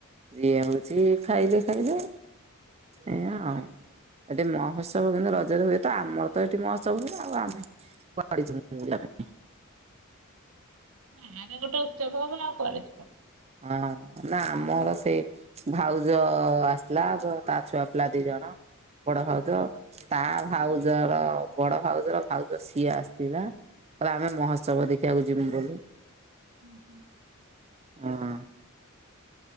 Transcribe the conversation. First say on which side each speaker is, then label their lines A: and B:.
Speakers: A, on the right (about 30°); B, on the right (about 80°).
A: ଯିଏ ହୋଉଛି ଖାଇଲେ ଖାଇଲେ। ଏୟା ଆଉ। ଏଠି ମହୋତ୍ସବ କିନ୍ତୁ ରଜରେ ହୁଏ ତ ଆମର ତ ଏଠି ମହୋତ୍ସବ ହୁଏ ଆମେ କୁଆଡେ ଯିବୁ। <unintelligible>
B: ଗାଁରେ ଗୋଟେ ଉତ୍ସବ ହବ ଆଉ କୁଆଡେଯିବା।
A: ହଁ ନା ଆମର ସେଇ ଭାଉଜ ଆସିଥିଲା ତା ଛୁଆ ପିଲା ଦି ଜଣ। ବଡ ଭାଉଜ ତା ଭାଉଜର ବଡ ଭାଉଜର ଭାଉଜ ସିଏ ଆସିଥିଲା। କହିଲା ଆମେ ମହୋତ୍ସବ ଦେଖିବାକୁ ଯିବୁ ବୋଲି।
B: <inaudible>
A: ହଁ।